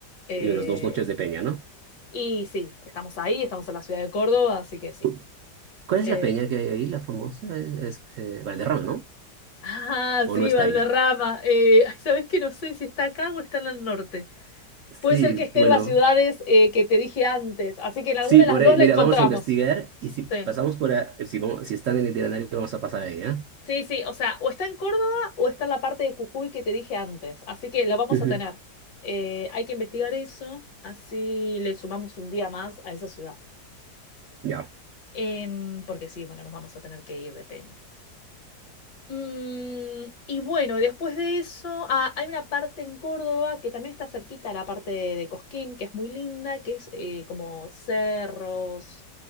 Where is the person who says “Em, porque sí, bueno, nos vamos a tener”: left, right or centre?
Left